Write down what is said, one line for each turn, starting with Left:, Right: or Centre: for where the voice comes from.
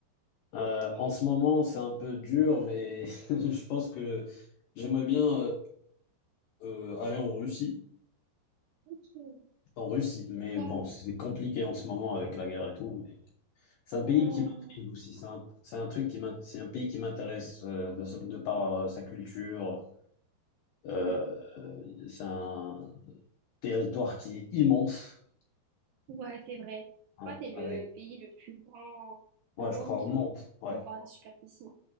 Left: Euh,
Right: Ouais,
Left: en ce moment, c'est un peu dur, mais <laughs> je pense que j'aimerais bien euh, euh, aller en Russie.
Right: ok.
Left: En Russie, mais
Right: Pourquoi?
Left: bon, c'est compliqué en ce moment avec la guerre et tout. mais C'est un
Right: Ouais,
Left: pays
Right: ouais,
Left: qui
Right: ouais.
Left: m'intrigue
Right: ouais.
Left: aussi. C'est un, c'est un truc qui m'int- c'est un pays qui m'intéresse euh, de, sa- de par euh, sa culture. Euh,
Right: Mhm.
Left: euh, c'est un territoire qui est immense.
Right: Ouais, c'est vrai. Je
Left: Ouais,
Right: crois que c'est le
Left: avec,
Right: pays le plus grand
Left: ouais,
Right: au monde
Left: je crois au monde. Ouais,
Right: par rapport à la superficie.